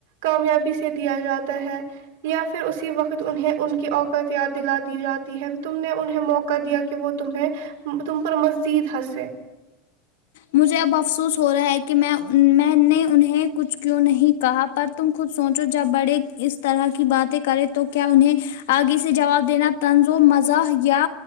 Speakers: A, on the right (about 75°); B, on the left (about 75°).
A: کامیابی سے دیا جاتا ہے یا پھر اسی وقت تو انہیں ان کی اوقت یاد دلا دی جاتی ہے تم نے انہیں موقع دیا کہ وہ تمہیں تم پر مذید ہنسیں
B: مجھے اب افسوس ہو رہا ہے کہ میں میں نے انہیں کچھ کیوں نہیں کہا پر تم خود سوچو جب بڑے اس طرح کی باتیں کریں تو کیا انہیں آگے سے جواب دینا تنظم مزاح یا